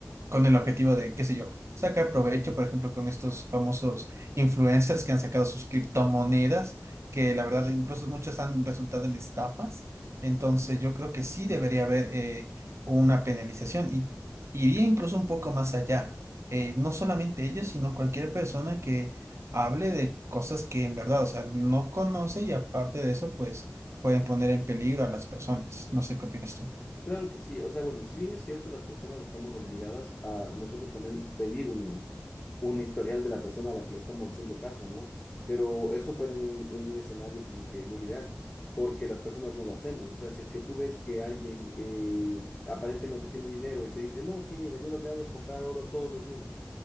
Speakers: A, on the right; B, on the left.
A: con el objetivo de, qué sé yo, sacar provecho, por ejemplo, con estos famosos influencers que han sacado sus criptomonedas, que la verdad incluso muchas han resultado en estafas. Entonces yo creo que sí debería haber eh, una penalización y iría incluso un poco más allá. Eh, no solamente ellos, sino cualquier persona que hable de cosas que en verdad, o sea, no conoce y aparte de eso, pues pueden poner en peligro a las personas. No sé qué opinas tú.
B: Claro que sí, o sea, bueno, si bien es cierto, las personas estamos obligadas a nosotros también pedir un, un historial de la persona a la que le estamos haciendo caso, ¿no? Pero eso fuera un, un escenario como que muy ideal, porque las personas no lo hacemos, o sea, si es que tú ves que alguien eh, aparentemente tiene dinero y te dice, no, sí, mira, yo lo que hago es comprar oro todos los lunes,